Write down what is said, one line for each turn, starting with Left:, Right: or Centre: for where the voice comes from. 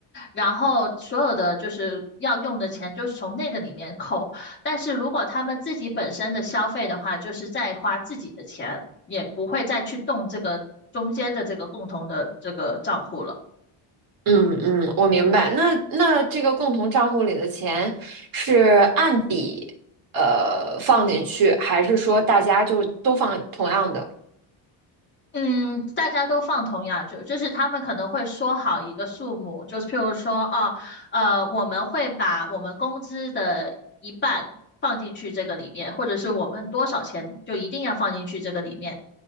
Left: 然后所有的就是要用的钱就是从那个里面扣。但是如果他们自己本身的消费的话，就是再花自己的钱，也不会再去动这个中间的这个共同的这个账户了。
Right: 嗯嗯，我明白。那那这个共同账户里的钱是按笔呃放进去，还是说大家就都放同样的？
Left: 嗯，大家都放同样就就是他们可能会说好一个数目，就是譬如说，哦，呃，我们会把我们工资的一半放进去这个里面，或者是我们多少钱就一定要放进去这个里面，